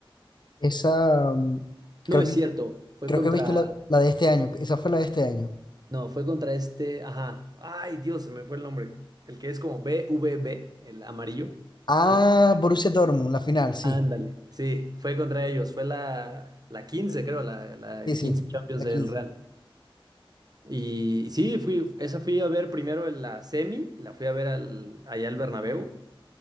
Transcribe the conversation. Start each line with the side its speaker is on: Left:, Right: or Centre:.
Left: Esa, mm, creo
Right: No, es
Left: que
Right: cierto, fue
Left: Creo
Right: contra...
Left: que viste la, la de este año. Esa fue la de este año.
Right: No, fue contra este... Ajá. Ay, Dios, se me fue el nombre. El que es como BVB, el amarillo.
Left: Ah,
Right: Creo que...
Left: Borussia Dortmund, la final, sí.
Right: Ándale. Sí, fue contra ellos, fue la, la 15, creo, la, la
Left: Sí, sí,
Right: 15 Champions
Left: la
Right: del
Left: quince
Right: Real. Y sí, fui, esa fui a ver primero en la semi, la fui a ver al, allá al Bernabéu.